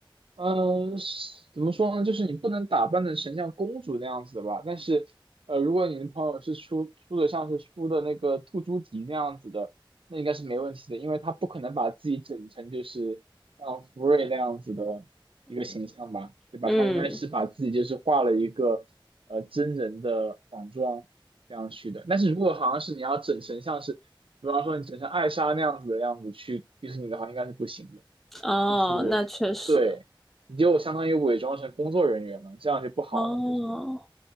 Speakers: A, on the right (about 80°); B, in the centre.
A: 嗯，是怎么说呢？就是你不能打扮的成像公主那样子的吧。但是，呃，如果你的朋友是出出的像是出的那个兔朱迪那样子的，那应该是没问题的，因为他不可能把自己整成就是像福瑞那样子的一个形象吧，对吧？
B: 嗯，
A: 他应该是把自己就是画了一个呃真人的仿妆这样去的。但是如果好像是你要整成像是，比方说你整成艾莎那样子的样子去迪士尼的话，应该是不行的。
B: 哦，
A: 就是对，
B: 那确实，
A: 你就相当于伪装成工作人员了，这样就不好了。
B: 哦。
A: 就是